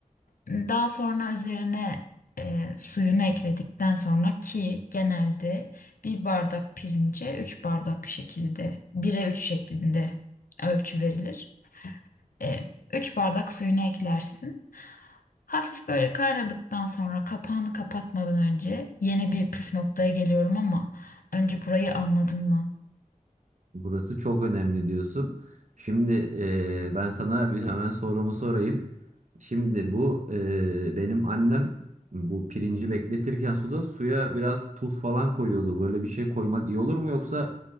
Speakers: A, on the left; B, on the right.
A: Daha sonra üzerine e, suyunu ekledikten sonra ki genelde bir bardak pirince 3 bardak şekilde 1'e 3 şeklinde ölçü verilir. E, 3 bardak suyunu eklersin. Hafif böyle kaynadıktan sonra kapağını kapatmadan önce yeni bir püf noktaya geliyorum ama önce burayı anladın mı?
B: Burası çok önemli diyorsun. Şimdi e, ben sana bir hemen sorumu sorayım. Şimdi bu e, benim annem bu pirinci bekletirken suda suya biraz tuz falan koyuyordu. Böyle bir şey koymak iyi olur mu yoksa